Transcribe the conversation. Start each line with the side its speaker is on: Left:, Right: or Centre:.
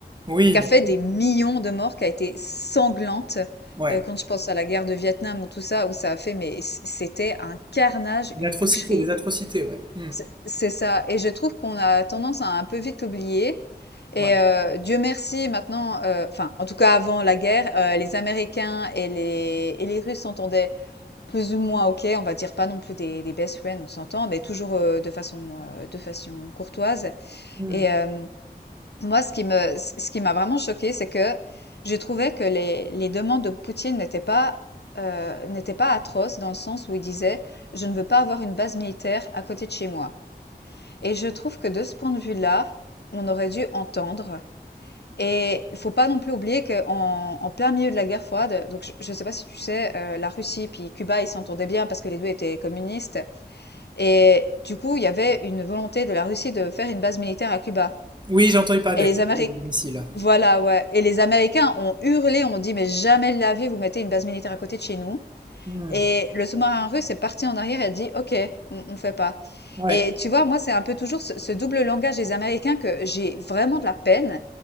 Right: Oui,
Left: qui
Right: bien
Left: a fait
Right: sûr.
Left: des millions de morts, qui a été sanglante.
Right: Ouais.
Left: Euh, quand je pense à la guerre de Vietnam ou tout ça, où ça a fait, mais c- c'était un carnage,
Right: Une
Left: une
Right: atrocité,
Left: boucherie.
Right: des atrocités, ouais. Hmm.
Left: C'est c'est ça. Et je trouve qu'on a tendance à un peu vite l'oublier. Et
Right: Ouais.
Left: euh, Dieu merci, maintenant, euh, enfin, en tout cas avant la guerre, euh, les Américains et les, et les Russes s'entendaient plus ou moins ok. On va dire pas non plus des, des best friends, on s'entend, mais toujours euh, de façon, euh, de façon courtoise.
Right: Hmm.
Left: Et, euh, moi, ce qui me, ce qui m'a vraiment choquée, c'est que j'ai trouvé que les, les demandes de Poutine n'étaient pas, euh, n'étaient pas atroces dans le sens où il disait, je ne veux pas avoir une base militaire à côté de chez moi. Et je trouve que de ce point de vue-là, on aurait dû entendre. Et il faut pas non plus oublier qu'en en plein milieu de la guerre froide, donc je ne sais pas si tu sais, euh, la Russie puis Cuba, ils s'entendaient bien parce que les deux étaient communistes. Et du coup, il y avait une volonté de la Russie de faire une base militaire à Cuba.
Right: Oui, j'ai entendu parler
Left: Et
Right: de la
Left: les
Right: crise
Left: Améric
Right: des missiles.
Left: voilà, ouais. Et les Américains ont hurlé, ont dit: «Mais jamais de la vie, vous mettez une base militaire à côté de chez nous».
Right: Hmm.
Left: Et le sous-marin russe est parti en arrière et a dit, OK, on, on fait pas.
Right: Ouais.
Left: Et tu vois, moi, c'est un peu toujours ce, ce double langage des Américains que j'ai vraiment de la peine.